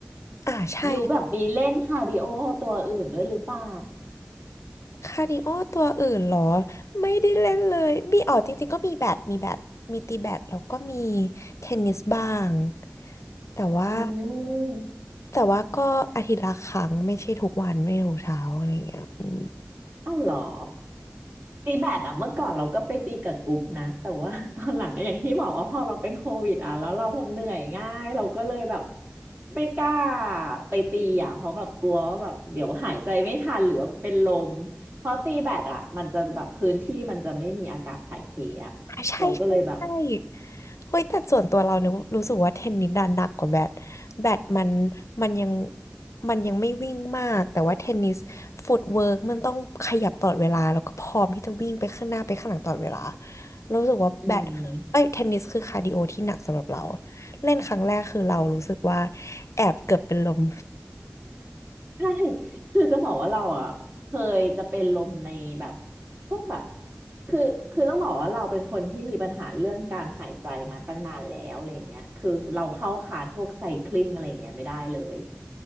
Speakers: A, on the left; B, on the right.
A: อ่าใช่
B: บิวแบบมีเล่นคาร์ดิโอตัวอื่นด้วยหรือเปล่า
A: คาร์ดิโอตัวอื่นเหรอไม่ได้เล่นเลยมีอ๋อจริงๆก็มีแบดมีแบดมีตีแบดแล้วก็มีเทนนิสบ้างแต่ว่า
B: อืม
A: แต่ว่าก็อาทิตย์ละครั้งไม่ใช่ทุกวันไม่ทุกเช้าอะไรอย่างเงี้ยอืม
B: เอ้าเหรอตีแบดอะเมื่อก่อนเราก็ไปตีกับกรุ๊ปนะแต่ว่า <laughs> ตอนหลังก็อย่างที่บอกว่าพอเราเป็นโควิดอะแล้วเราแบบเหนื่อยง่ายเราก็เลยแบบไม่กล้าไปตีอะเพราะแบบกลัวว่าแบบเดี๋ยวหายใจไม่ทันหรือว่าเป็นลมเพราะตีแบดอะมันจะแบบพื้นที่มันจะไม่มีอากาศถ่ายเทอะเราก็เลยแบบ
A: อ่ะใช่ใช่ใช่เฮ้ยแต่ส่วนตัวเราเนี่ยรู้สึกว่าเทนนิสดันหนักกว่าแบดแบดมันมันยังมันยังไม่วิ่งมากแต่ว่าเทนนิสฟุตเวิร์กมันต้องขยับตลอดเวลาแล้วก็พร้อมที่จะวิ่งไปข้างหน้าไปข้างหลังตลอดเวลาเรารู้สึกว่าแบดคือเอ้ยเทนนิสคือคาร์ดิโอที่หนักสำหรับเรา
B: อืม
A: เล่นครั้งแรกคือเรารู้สึกว่าแอบเกือบเป็นลม
B: ใช่คือจะบอกว่าเราอ่ะเคยจะเป็นลมในแบบพวกแบบคือคือต้องบอกว่าเราเป็นคนที่มีปัญหาเรื่องการหายใจมาตั้งนานแล้วอะไรเงี้ยคือเราเข้าคลาสพวกไซคลิงอะไรเงี้ยไม่ได้เลย